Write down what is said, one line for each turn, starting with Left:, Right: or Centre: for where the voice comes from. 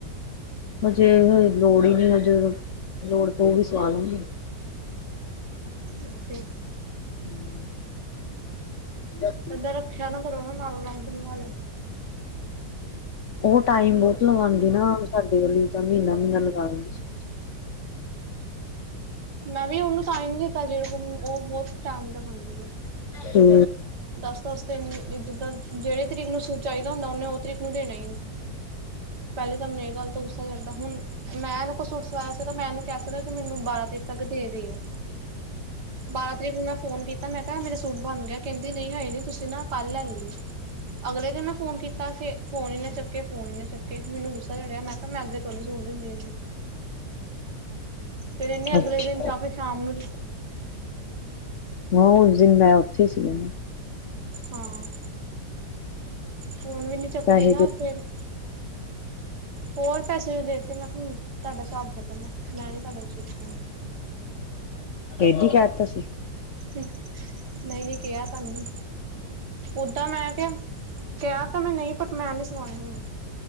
Left: ਹਜੇ ਲੋੜ ਈ ਨੀ ਹਜੇ ਜਦੋਂ ਲੋੜ ਪਊਗੀ ਉਦੋਂ ਸਵਾ ਲੂੰਗੀ।
Right: ਓਕੇ।
Left: ਹੂੰ। <inaudible>
Right: ਏਦਾਂ ਰੱਖੇਆ ਨਾ ਕਰੋ ਨਾਲ ਨਾਲੋਂ ਬਨਵਾ ਲੋ।
Left: ਓ ਟਾਈਮ
Right: ਲਿਓ
Left: ਬੋਤ ਲਗਾਂਦੀ ਨਾ ਸਾਡੇ ਵਾਲੀ ਤਾਂ ਮੀਨਾ-ਮੀਨਾ ਲਗਾ ਦਿੰਦੀ ਸੀ।
Right: ਮੈਂ ਵੀ ਓਨੂੰ ਤਾਂਈ ਨੀ ਦਿੱਤਾ ਜੇੜੀ ਕੋਲ ਓ ਬੋਤ ਟੈਮ ਲਗਾਂਦੀ ਆ।
Left: ਹੂੰ।
Right: ਦਸ-ਦਸ ਦਿਨ ਏ ਜਿੱਦਾਂ ਜੇੜੀ ਤਰੀਕ ਨੂੰ ਸੂਟ ਚਾਈਦਾ ਹੁੰਦਾ ਓਨੇ ਓ ਤਰੀਕ ਨੂੰ ਦੇਨਾ ਈ ਨਈਂ। ਪੈਲੇ ਤਾਂ ਮੈਨੂੰ ਏ ਗੱਲ ਤੋਂ ਗੁੱਸਾ ਚੜਦਾ, ਹੁਨ ਮੈਂ ਓਨੂੰ ਕੋਈ ਸੂਟ ਸਵਾਇਆ ਸੀ ਮੈਂ ਓਨੂੰ ਕਿ ਕੀ ਤੁਸੀਂ ਮੈਨੂੰ ਬਾਰਾਂ ਤਰੀਕ ਤੱਕ ਦੇ ਦਿਓ, ਬਾਰਾਂ ਤਰੀਕ ਨੂੰ ਮੈਂ ਫੋਨ ਕੀ ਤਾਂ ਮੈਂ ਕਿਹਾ ਮੇਰੇ ਸੂਟ ਬਣ ਗਿਆ ਕਹਿੰਦੀ ਨਹੀਂ ਹੈਏ ਨੀ ਤੁਸੀਂ ਨਾ ਕੱਲ ਲੈ ਲਿਉ। ਅਗਲੇ ਦਿਨ ਮੈਂ ਫੋਨ ਕੀਤਾ ਕਿ ਫੋਨ ਹੀ ਨਾ ਚੱਕੇ ਫੋਨ ਹੀ ਨਾ ਚੱਕੇ, ਮੈਨੂੰ ਗੁੱਸਾ ਚੜਿਆ ਮੈਂ ਪਰ ਮੈਂ ਅੱਗੇ ਤੋਂ ਸੂਟ ਨੀਂ ਦਿੰਦੀ ਇਹਨੂੰ ਫਿਰ ਇੰਨੇ ਅਗਲੇ
Left: ਅੱਛਾ
Right: ਦਿਨ ਚ ਜਾ ਕੇ ਸ਼ਾਮ ਨੂੰ
Left: ਹਾਂ ਉਸ ਦਿਨ ਮੈਂ ਉੱਥੇ ਹੀ ਸੀ ਨਾ
Right: ਹਾਂ ਫੋਨ ਵੀ ਨੀ ਚੱਕਦੀ
Left: ਪੈਸੇ
Right: ਨਾ
Left: ਦੇ
Right: ਐ ਫੇਰ ਹੋਰ ਪੈਸੇ ਦੇਤੇ ਮੈਂ ਤੁਹਾਨੂੰ ਤੁਹਾਡਾ ਹਿਸਾਬ ਖ਼ਤਮ ਮੈਂ ਨੀ ਤੁਹਾਡੇ ਤੋਂ ਸੂਟ ਸੁਵਾਉਣਾ।
Left: ਏਦੀ ਕਹਿ ਦਿੱਤਾ ਸੀ।
Right: ਨਹੀਂ ਨਹੀਂ ਕਿਹਾ ਤੇ ਨੀਂ ਓਦਾਂ ਮੈਂ ਕਿਹਾ, ਕਿਹਾ ਤਾਂ ਮੈਂ ਨਹੀਂ ਬਟ ਮੈਂ ਨਹੀਂ ਸਵਾਉਣੇ ਹੁਣ